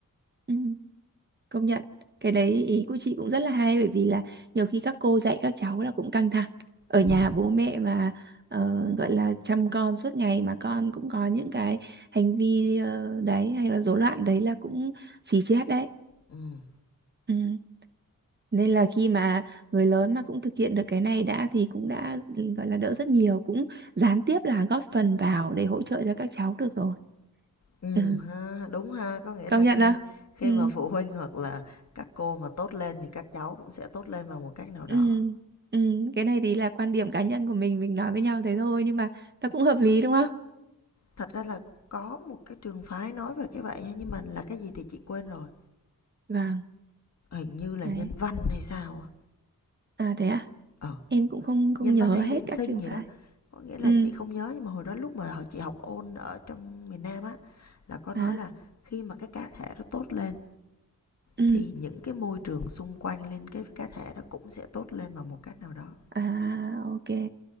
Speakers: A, on the right (about 30°); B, on the left (about 50°).
A: ừ công nhận cái đấy ý của chị cũng rất là hay bởi vì là nhiều khi các cô dạy các cháu là cũng căng thẳng ở
B: Ừm,
A: nhà bố mẹ mà ờ, gọi là chăm con suốt ngày mà con cũng có những cái hành vi ờ, đấy hay là rối loạn đấy là cũng xì chết đấy
B: ừm.
A: ừ Nên là khi mà người lớn mà cũng thực hiện được cái này đã thì cũng đã gọi là đỡ rất nhiều, cũng gián tiếp là góp phần vào để hỗ trợ cho các cháu được rồi.
B: Ừm
A: Ừ,
B: ha, đúng ha, có nghĩa
A: công
B: là
A: nhận
B: khi
A: không?
B: khi
A: Ừ,
B: mà phụ huynh hoặc là các cô mà tốt lên thì các cháu cũng sẽ tốt lên bằng một cách nào đó.
A: ừ, ừ. Cái này thì là quan điểm cá nhân của mình, mình nói với nhau thế thôi nhưng mà nó cũng hợp lý đúng không?
B: Thật ra là có một cái trường phái nói về cái vậy nha nhưng mà là cái gì thì chị quên rồi.
A: Vâng,
B: Hình như là
A: đấy.
B: nhân văn hay sao á.
A: À thế à?
B: Ờ,
A: Em cũng không không
B: nhân
A: nhớ
B: văn hay
A: hết
B: hiện
A: các
B: sinh
A: trường
B: gì
A: phái.
B: đó. Có nghĩa là
A: Ừ,
B: chị không nhớ nhưng mà hồi đó lúc mà hồi chị học ôn ở trong miền Nam á là có nói
A: à,
B: là khi mà cái cá thể nó tốt lên
A: ừ,
B: thì những cái môi trường xung quanh liên kết với cá thể đó cũng sẽ tốt lên bằng một cách nào đó.
A: à, ok,